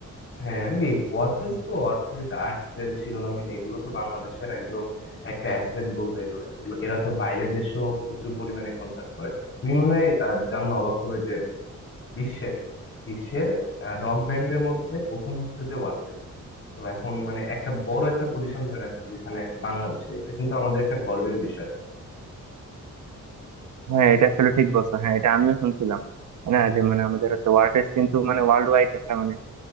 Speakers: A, on the left; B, on the right.
A: হ্যাঁ এই ওয়ারফেজ
B: হুম।
A: তো ওয়ারফেজ আর্টসেল শিরোনামহীন এগুলো তো বাংলাদেশের একদম একটা অ্যাসেট বলতে গেলে এগুলো এরা তো বাইরের দেশেও প্রচুর পরিমাণে কনসার্ট করে তুমি মনে হয় আহ, জানলে অবাক হবে যে বিশ্বের বিশ্বের রক ব্যান্ডের মধ্যে প্রথম হচ্ছে যে ওয়ারফেজ তো এখন মানে একটা বড় একটা পজিশন ধরে রাখছো যেখানে বাংলাদেশের এটা কিন্তু আমাদের একটা গর্বের বিষয়
B: হ্যাঁ এটা আসলে ঠিক বলছো হ্যাঁ এটা আমিও শুনছিলাম না যে মানে আমাদের হচ্ছে ওয়ারফেজ কিন্তু মানে ওয়ার্ল্ড ওয়াইড একটা মানে